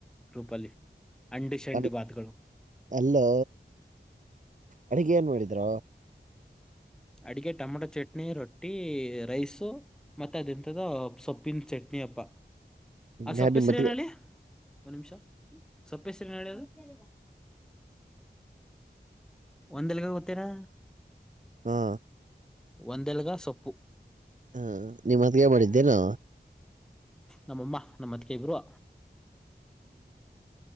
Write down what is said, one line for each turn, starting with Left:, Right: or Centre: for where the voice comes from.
Centre: ಗ್ರೂಪಲ್ಲಿ ಅಂಡು ಶಂಡು
Right: ಅಲ್
Centre: ಬಾತಗಳು
Right: ಅಲ್ಲೋ ಅಡಗೆ ಏನ್ ಮಾಡಿದ್ರ
Centre: ಅಡಿಗೆ ಟೊಮಟೊ ಚಟ್ನಿ ರೊಟ್ಟಿ ರೈಸ ಮತ್ತ ಅದ ಇಂಂತದ ಸೊಪ್ಪು ಉಪ್ಪನ್ ಚಟ್ನಿ ಅಪ್ಪ ಆ ಸೊಪ್ಪ
Right: ಯಾರ್ ನಿಮ್ಮತ್ಗೆ
Centre: ಹೆಸರು ಏನಳ್ಳಿ ಒ ನಿಮಿಷ ಸೊಪ್ಪ ಹೆಸರಿದು ಈಗ ಒಂದ ಎಲ್ಗ ಗೋಗ್ತೀರಾ
Right: ಹಾ
Centre: ವಂದೆಲಗ ಸೊಪ್ಪು
Right: ಹಾ ನಿಮ್ಮ ಮತ್ಗೆ ಮಾಡಿದ್ದೇ ನ
Centre: ನಮ್ಮಮ್ಮ ನಮ್ಮ ಅತ್ಕೇ ಬರುವ
Right: ಹ